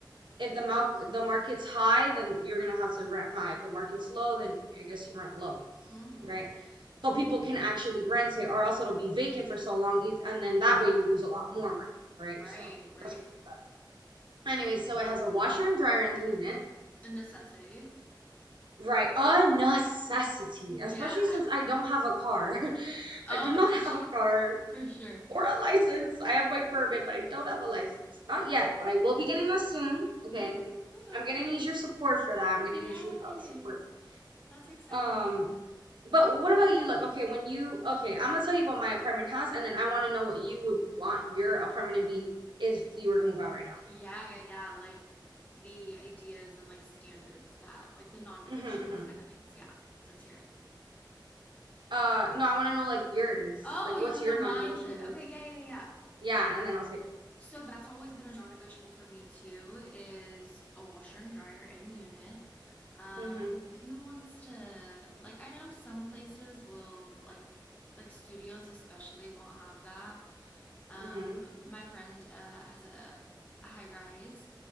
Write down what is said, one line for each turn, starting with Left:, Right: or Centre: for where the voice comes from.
Right: if the mal the market's high, then you're gonna have to rent high. If the market's low, then I guess you rent low
Left: Mm-hmm.
Right: right? So people can actually rent it, or else it'll be vacant for so long, e-, and then that way you lose a lot more money, right?
Left: Right,
Right: So
Left: right.
Right: that's what she said. Anyways, so it has a washer and dryer in the unit.
Left: The necessity.
Right: Right, a necessity,
Left: Yeah.
Right: especially since
Left: <laughs>
Right: I don't have a car. <laughs>
Left: Oh,
Right: I do not
Left: for sure,
Right: have a car
Left: <laughs> for sure.
Right: or a license. I have my permit, but I don't have a license. Not yet, but I will be getting that soon. Okay.
Left: Ooh,
Right: I'm
Left: okay.
Right: gonna need your support for that. I'm
Left: Yes.
Right: gonna need your uh, support.
Left: That's exciting.
Right: Um, But what about you? Like, okay, when you, okay, I'm gonna tell you what my apartment has, and then I want to know what you would want your apartment to be if you were to move out right now.
Left: Yeah, yeah, yeah. Like the ideas and like standards that like the non-negotiables
Right: hmm hmm
Left: kind of things. Yeah. Let's hear it.
Right: Uh, no, I want to know like yours.
Left: Oh,
Right: Like,
Left: you
Right: what's
Left: want to
Right: your
Left: know mine
Right: non-negotiables?
Left: too? Okay, yeah, yeah, yeah.
Right: Yeah, and then I'll say
Left: So that's always been a non-negotiable for me too is a washer and dryer in unit. Um,
Right: mine.
Left: who wants to like I know some places will like like studios especially won't have that. Um,
Right: hmm hmm
Left: my friend uh, has a, a high rise